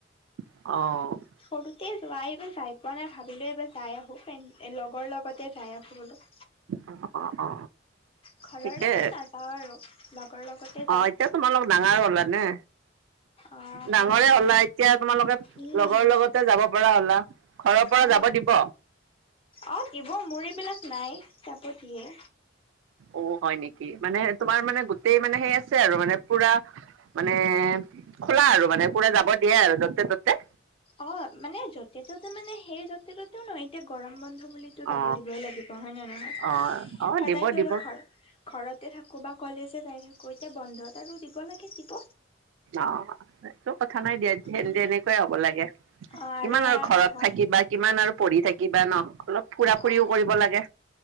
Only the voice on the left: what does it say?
সৰুতে যোৱা এইবাৰ যাই পোৱা নাই ভাবিলো এইবাৰ যাই আহো লগৰ লগতে যাই আহো বোলো
ঘৰৰ
লগত নাযাওঁ আৰু লগৰ লগতে
যাওঁ
অ',
সেয়াই
উম,
অ
আহ দিব মোৰ এইবিলাক নাই চাব দিয়ে
অ মানে য'তে ত'তে মানে সেই য'তে ত'তেও নহয় এতিয়া গৰম বন্ধ বুলি যাব
দিবই লাগিব হয় ন নহয়
সদায়তো
আৰু ঘৰ ঘৰতে থাকো বা কলেজে যাই থাকো এতিয়া বন্ধত আৰু দিব লাগে দিব
উম
অ
এয়া
আহা
অ